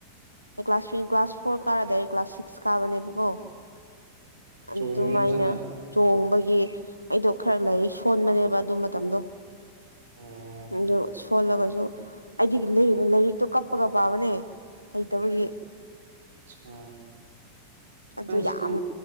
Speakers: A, on the left (about 85°); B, on the right (about 60°).
A: ꯑꯦ ꯀ꯭ꯂꯥꯁ ꯊ꯭ꯔꯤ ꯀ꯭ꯂꯥꯁ ꯐꯣꯔ ꯀꯥꯔ ꯗꯥꯏꯔꯦꯛ ꯀ꯭ꯂꯥꯁ ꯁꯤꯛ꯭ꯁ ꯀꯥꯕꯅꯦꯕꯀꯣ ꯑꯗꯨꯃꯥꯏꯅ
B: ꯆꯣꯡꯉꯦ ꯐꯖꯅ
A: ꯆꯣꯡꯕꯒꯤ ꯑꯩꯗꯣ ꯈꯔ ꯂꯥꯏꯔꯤꯛ ꯁꯣꯟꯕꯅꯦꯕ ꯑꯗꯨ ꯃꯇꯝꯗꯣ
B: ꯑꯣ
A: ꯑꯗꯨ ꯁꯣꯜꯂꯒꯁꯨ ꯑꯩꯗꯤ ꯂꯥꯏꯔꯤꯛ ꯂꯥꯏꯔꯤꯛꯇꯣ ꯀꯞꯄꯒ ꯄꯥꯕꯅꯦ ꯍꯩꯇꯕꯒꯤ
B: ꯁꯥ
A: ꯑꯗꯨ
B: ꯅꯪ
A: ꯌꯥꯝ
B: ꯁ꯭ꯀꯨꯜ